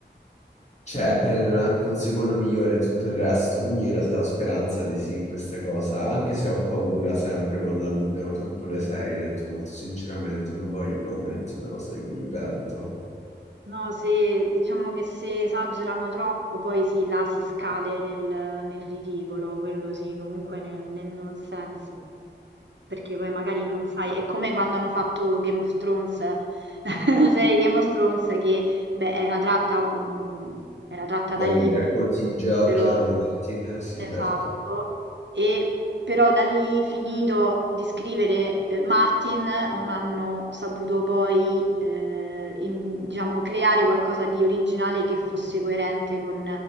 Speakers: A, on the left; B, on the right.
A: Cioè, prendono anche un secondo migliore e tutto il resto, quindi in realtà ho speranza di sì in questa cosa, anche se ho paura sempre quando allungano troppo le serie, ho detto molto sinceramente, non voglio poi diventi una cosa di cui mi pento.
B: No, se diciamo che se esagerano troppo, poi sì, là si scade nel, nel ridicolo, quello sì, comunque nel, nel non senso. perché poi magari non sai, è come quando hanno fatto Game of Thrones, <laughs> la serie Game of Thrones che beh, era tratta, mm, era tratta
A: Dai,
B: da libri,
A: racconti George
B: però
A: R. R. Martin? Sì,
B: esatto,
A: certo.
B: e però da lì finito di scrivere eh, Martin non hanno saputo poi eh, in- diciamo, creare qualcosa di originale che fosse coerente con